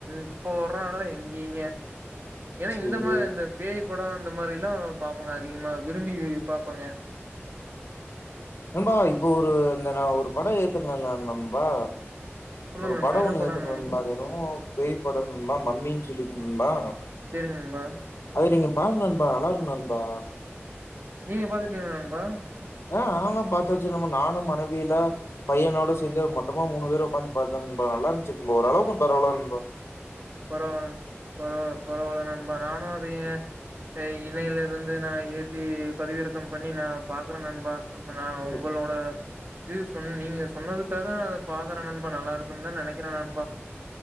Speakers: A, on the right; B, on the left.
A: இப்ப வர்றோதலா எங்கிங்க ஏன்னா
B: சேரி.
A: இந்த மாரி இந்த பேய் படோ அந்த மாதிரி எலா பாப்போங்க அதிகமா விரும்பி பாப்போங்க
B: நண்பா இப்ப ஒரு இந்த நா ஒரு படோம் ஏத்துனனுண்பா
A: சொல்லுங்க
B: ஒரு
A: நண்பா
B: படோன்னு
A: என்ன படங்க
B: ஏத்தணுண்பா என்னமோ பேய் படணும்பா மம்மின்னு சொல்லி ம்பா
A: செரி நண்ம்பா
B: செரி நீங்க பாருங்க நண்பா நல்லா இருக்கு நண்பா
A: நீங்க பாத்துட்டீங்களா நண்பா
B: ஆஹ் நா ல்லா பாத்தச்சு நம நானும் மனைவில பையனோட சேந்து மொத்தமா மூணு பேரும் உட்காந்து பாத்தோ நல்லா இருந்துச்சு நண் ஓரளவுக்கு பரவால ண்பா
A: பரவல பரவ பரவல நண்பா நானு அது ஏன் ந்த இணையில இருந்து நா ஏத்தி பதிவிறக்கம் பண்ணி நான் பாக்குறேன் நண்பா அப்பனா
B: ம்.
A: உங்களோட இது சொன்ன நீங்க சொன்னதுக்காக நா அத பாக்குறே நண்பா நல்லா இருக்குன்னு தான் நெனக்கிறே நண்பா